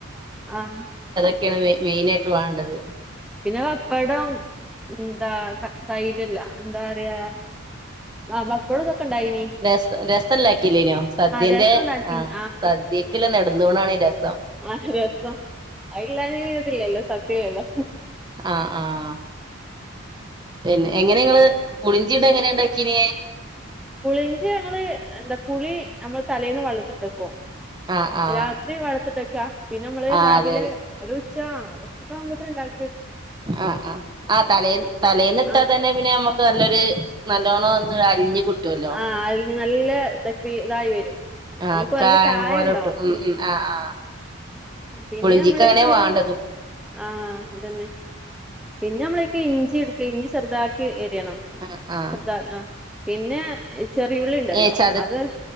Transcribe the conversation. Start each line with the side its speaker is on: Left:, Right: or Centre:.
Centre: ആഹ് കി
Right: ക്കയാണ് മെയിനായിട്ട് വാണ്ടത്.
Centre: പിന്നെ വപ്പടം ന്താ തൈരല്ല എന്താറിയ ആഹ് വപ്പടുതൊക്കെണ്ടായിനി
Right: രസ രസല്ലാക്കില്ലേനോ സദ്യന്റെ
Centre: രസം ഉണ്ടാക്കീനി
Right: ആഹ് സദ്യക്കില്ല നെടുംതൂണാണീ രസം.
Centre: ആഹ് രസം അയ്ല്ലാഞ്ഞ പിന്നൊര്‌ത്‌ല്ലല്ലൊ സദ്യല്ലല്ലോ
Right: ആഹ് ആഹാ പിന്നെ എങ്ങനെങ്ങള് പുളിഞ്ചീങ്ങനെ ഇണ്ടാക്കീനേ?
Centre: പുളിഞ്ചയങ്ങള് എന്താ പുളി ഞമ്മള് തലേന്ന് വള്ളത്തിട്ടക്കും.
Right: ആ ആ
Centre: രാത്രി വള്ളത്തിട്ടക്ക പിന്നെമ്മള്
Right: ആ
Centre: രാവിലെ
Right: അതെ അതെ
Centre: ഒരു ഉച്ച ഉച്ചക്കാമ്പോത്തിന് ഇണ്ടാക്ക
Right: ആഹ് ആഹാ ആതലേന്ന് തലേന്ന്ട്ടാ
Centre: ആ
Right: ന്നന്നെ പിന്നെ നല്ലൊരു നല്ലോണോന്ന് അലിഞ്ഞ് കിട്ടുവല്ലോ
Centre: ആഹ് അയിന് നല്ലതക് ഇതായി വരും.
Right: ആ
Centre: നമുക്ക് നല്ല
Right: കായം
Centre: കായണ്ടാവും
Right: പോലെ കിട്ടും
Centre: ഉം
Right: ആ ആ
Centre: പിന്നെമ്മളയ്ക്ക്
Right: പുളിഞ്ചിക്ക് അങ്ങനെ വേണ്ടതും
Centre: ആഹ് അതന്നെ. പിന്നമ്മളൈക്ക് ഇഞ്ചിട്ക്ക ഇഞ്ചി ചെർതാക്കി അരിയണം
Right: ആ ആ
Centre: ചെർതാ ആഹ് പിന്നെ ചെറിയുള്ളിണ്ടല്ലോ
Right: ഏ ചത
Centre: അത്